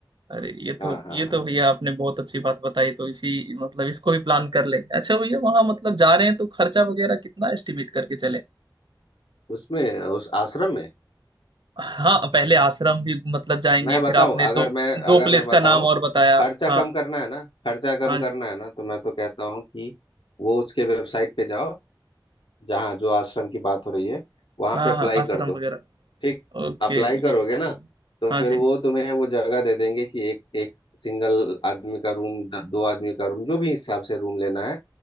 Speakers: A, on the right; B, on the left.
A: अरे ये
B: हाँ
A: तो
B: हाँ
A: ये
B: हाँ
A: तो भैया आपने बहुत अच्छी बात बताई तो इसी मतलब इसको भी प्लान कर ले अच्छा भैया वहां मतलब जा रहे हैं तो खर्चा वगैरह कितना एस्टिमेट करके चले
B: उसमें उस आश्रम में
A: हाँ पहले आश्रम भी मतलब जाएंगे
B: मैं
A: फिर
B: बताऊं
A: आपने दो
B: अगर मैं अगर
A: दो प्लेस
B: मैं बताऊं
A: का नाम और बताया
B: खर्चा
A: हाँ
B: कम करना है ना खर्चा कम
A: हाँ
B: करना
A: जी
B: है ना तो मैं तो कहता हूं कि वो उसके वेबसाइट पे जाओ जहाँ जो आश्रम की बात हो रही है वहां
A: हाँ
B: पे अप्लाई
A: हाँ आश्रम
B: कर दो
A: वगैरह
B: ठीक
A: ओके
B: अप्लाई करोगे
A: ये भी सही
B: ना
A: है
B: तो
A: हाँ
B: फिर
A: जी
B: हम्म, वो तुम्हें वो जगह दे देंगे कि एक एक सिंगल आदमी का रूम दो आदमी का रूम जो भी हिसाब से रूम लेना है